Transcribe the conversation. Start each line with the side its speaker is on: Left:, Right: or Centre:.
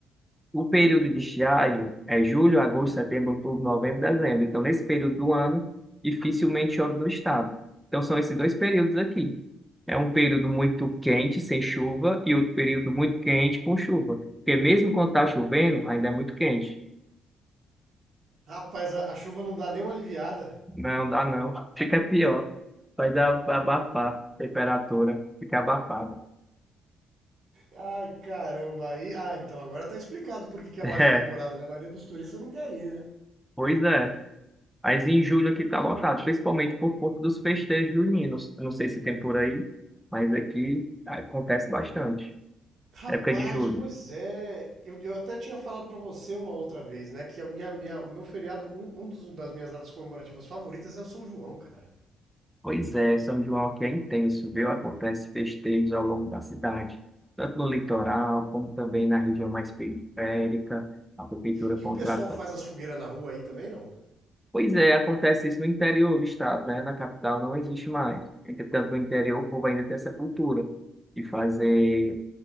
Centre: O período de estiagem é julho, agosto, setembro, outubro, novembro, dezembro. Então, nesse período do ano, dificilmente chove no estado. Então, são esses dois períodos aqui. É um período muito quente, sem chuva, e outro período muito quente, com chuva. Porque mesmo quando está chovendo, ainda é muito quente.
Right: Rapaz, a, a chuva não dá nem uma aliviada.
Centre: Não dá não. Fica pior. Vai dar abafar. Temperatura fica abafada. <laughs>
Right: Ai, caramba, aí. Ah, então agora tá explicado por que que é
Centre: É,
Right: a baixa temporada, né? A maioria dos turistas não quer ir, né?
Centre: pois é. Mas em julho aqui tá lotado, principalmente por conta dos festejos juninos. Eu Não sei se tem por aí, mas aqui acontece bastante.
Right: Rapaz,
Centre: Época de julho.
Right: pois é. Eu, eu até tinha falado pra você uma outra vez, né? Que a minha, minha- o meu feriado, um, um dos- das minhas datas comemorativas favoritas é o São João, cara.
Centre: Pois é, São João aqui é intenso, viu? Acontece festejos ao longo da cidade, tanto no litoral como também na região mais periférica. A prefeitura
Right: E
Centre: contrata.
Right: o pessoal faz as fogueiras na rua aí também, não?
Centre: Pois é, acontece isso no interior do estado, né? Na capital não existe mais. Entretanto, no interior o povo ainda tem essa cultura de fazer